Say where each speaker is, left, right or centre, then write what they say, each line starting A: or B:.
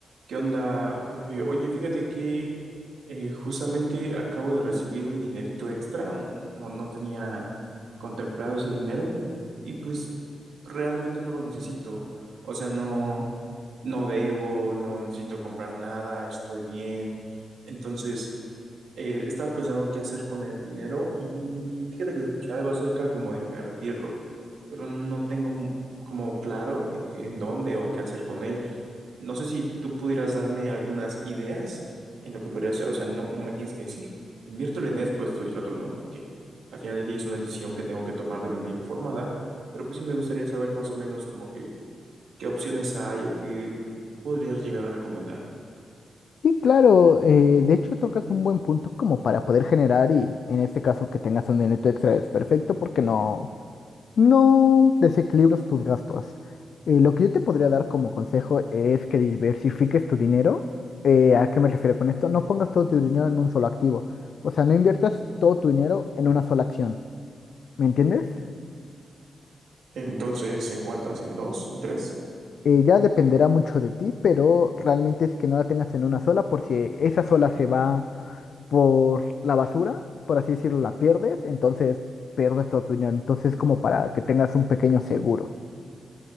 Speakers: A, on the right; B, on the left.
A: ¿Qué onda, Jorge? Oye, fíjate que eh, justamente acabo de recibir un dinerito extra, un- no, no tenía contemplado ese dinero y pues realmente no lo necesito. O sea, no, no debo, no necesito comprar nada, estoy bien. Entonces, eh, estaba pensando qué hacer con el dinero y fíjate que escuché algo acerca como de invertirlo, pero no tengo mu- como claro eh, en dónde o qué hacer con él. No sé si tú pudieras darme algunas ideas en lo que podría hacer. O sea, no, no me tienes que decir, inviértelo en esto, esto y el otro, no, porque al final del día es una decisión que tengo que tomar de manera informada. Pero pues sí me gustaría saber más o menos como que qué opciones hay o qué podrías llegar a recomendar.
B: Sí, claro, eh, de hecho tocas un buen punto como para poder generar y en este caso que tengas un dinero extra es perfecto porque no, no desequilibras tus gastos. Eh, lo que yo te podría dar como consejo es que diversifiques tu dinero. Eh, ¿a qué me refiero con esto? No pongas todo tu dinero en un solo activo. O sea, no inviertas todo tu dinero en una sola acción. ¿Me entiendes?
A: Entonces, ¿en cuántas? ¿En dos? ¿En tres?
B: Eh, ya dependerá mucho de ti, pero realmente es que no la tengas en una sola, por si esa sola se va por la basura, por así decirlo, la pierdes, entonces pierdes toda tu dinero. Entonces, como para que tengas un pequeño seguro.